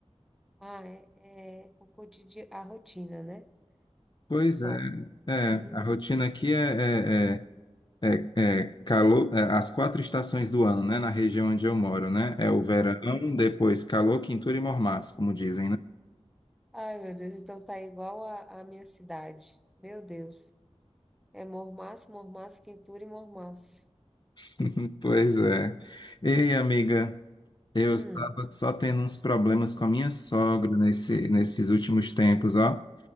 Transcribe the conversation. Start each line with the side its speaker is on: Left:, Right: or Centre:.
Centre: Ah, é, é o cotidiano, a rotina, né?
Left: Pois
Centre: Só.
Left: é,
Centre: <laughs>
Left: é,
Centre: Uhum.
Left: a rotina aqui é, é, é, é- é calor, é, as quatro estações do ano, né? Na região onde eu moro, né? É o verão,
Centre: Aham.
Left: depois calor, quintura e mormaço, como dizem, né?
Centre: Ai, meu Deus, então tá igual a, a minha cidade. Meu Deus. É mormaço, mormaço, quintura e mormaço.
Left: <laughs> Pois é. Ei, amiga, eu
Centre: Hum.
Left: estava só tendo uns problemas com a minha sogra nesse, nesses últimos tempos, ó.